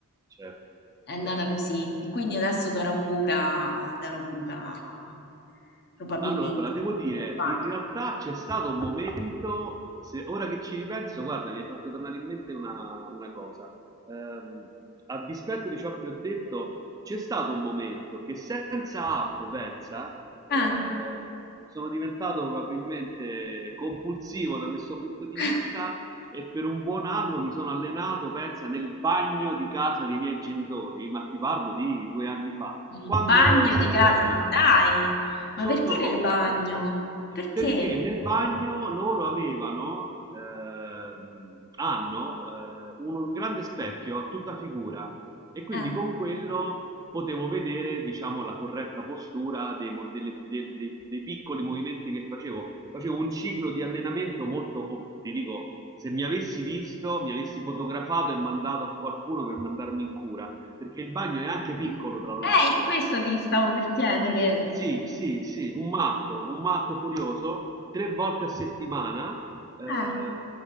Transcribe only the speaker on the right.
certo,
certo.
Allora, devo dire,
in realtà c'è stato un momento, se- ora che ci ripenso, guarda, mi hai fatto tornare in mente una, una cosa. Ehm, a dispetto di ciò che ho detto, c'è stato un momento che senza app, pensa,
eh, sono diventato probabilmente compulsivo da questo punto di
vista e per un buon anno mi sono allenato, pensa, nel bagno di casa dei miei genitori, ma ti parlo di due anni fa
quando
c'era
Covid,
sotto
Covid,
perché nel bagno loro avevano, ehm, hanno eh, un, un grande specchio a tutta figura e quindi
con quello potevo vedere, diciamo, la corretta postura dei, mo- delle- del- dei- dei piccoli movimenti che facevo. Facevo un ciclo di allenamento molto, oh, ti dico, se mi avessi visto, mi avessi fotografato e mandato a qualcuno per mandarmi in cura, perché il bagno è anche
piccolo, tra l'altro.
Sì, sì, sì, un matto, un matto furioso, tre volte a settimana, eh,